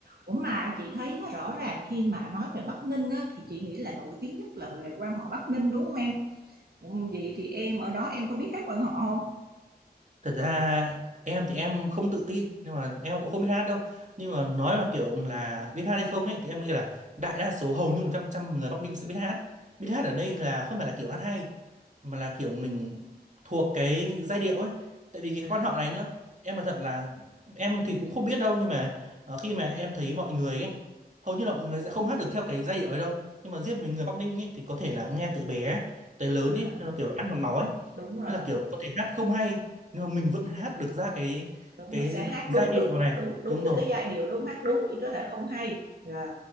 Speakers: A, on the right; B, on the right.
A: Ủa mà chị thấy á, rõ ràng khi mà nói về Bắc Ninh á, thì chị nghĩ là nổi tiếng nhất là về quan họ Bắc Ninh đúng không em? Ủa, vậy thì em ở đó em có biết hát quan họ không?
B: thật ra em thì em không tự tin nhưng mà em cũng không biết hát đâu nhưng mà nói là kiểu là biết hát hay không ấy thì em nghĩ là đại đa số hầu như một trăm trăm người Bắc Ninh sẽ biết hát biết hát ở đây là không phải là kiểu hát hay mà là kiểu mình thuộc cái giai điệu ấy tại vì cái
A: À,
B: quan họ này nhá em là thật là em thì cũng không biết đâu nhưng mà ờ, khi mà em thấy mọi người ấy hầu như là mọi người sẽ không hát được theo cái giai điệu ấy đâu nhưng mà riêng với người Bắc Ninh ấy thì có thể là nghe từ bé tới lớn
A: à,
B: ấy nó kiểu là ăn vào máu ấy
A: đúng rồi,
B: nên là kiểu có thể hát không hay nhưng mà mình vẫn hát được ra cái
A: đúng
B: cái,
A: rồi. Sẽ hát
B: cái
A: đúng
B: giai điệu
A: được,
B: này
A: đúng đúng
B: đúng
A: được
B: rồi
A: cái giai điệu đúng không? Hát đúng thì có thể không hay. Dạ,